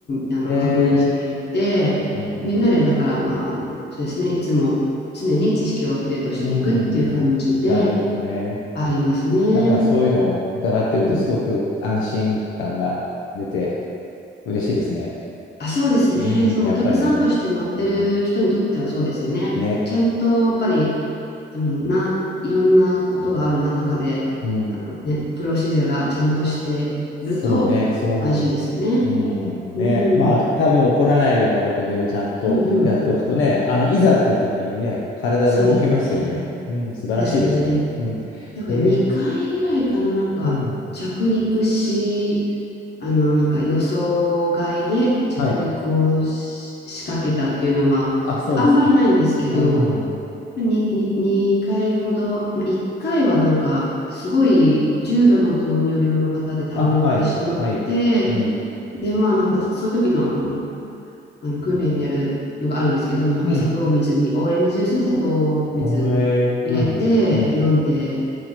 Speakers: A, on the left (about 55°); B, on the left (about 80°).
A: うん、あの、
B: へえ。
A: 確認していって、
B: うん。
A: みんなで、だから、まあ、あの、そうですね、いつも常に知識をアップデートしていくっていう感じで
B: うん。うん。うんなるほどね。
A: ありますね。
B: なんかそういうのを伺ってるとすごく安心感が出て
A: うん。
B: 嬉しいですね。
A: あ、そうですね。
B: うん。
A: そう、
B: やっぱりね。
A: お客さんとして乗ってる人にとってはそうですよね。
B: うん。ね。
A: ちゃんとやっぱり、あの、な、いろんなことがある中で、
B: うん。
A: あのね、プロシジャーがちゃんとしてると安心ですよね。
B: そうね。そう思う。うん。ね。
A: うん、
B: まあ、
A: うん、
B: 多分起こらないようなことでもちゃんとやっとくとね、
A: うん。
B: あの、いざっていう時にね、体が動きますよね。
A: そうですね。
B: うん。素晴らしいですね。
A: ですね。
B: うん。
A: だから2回ぐらいかな、
B: へえ。
A: なんか着陸し、
B: うん。
A: あの、なんか予想外で着陸をし仕掛けたっていうのは、
B: はい。あ、そうですか。
A: あんまりないんですけど、
B: うん。
A: に、に、2回ほど、まあ、1回はなんか、すごい重度の糖尿病の方で倒れてしまって、
B: あ、はい。はい。うん。
A: で、まあなんか、そういう時の、あの、あの訓練でやるのがあるんですけど、まあなんか砂糖水に、
B: うん。
A: オレンジジュースに砂糖を
B: へえ。
A: 入れて、
B: うん。うん。
A: え飲んで、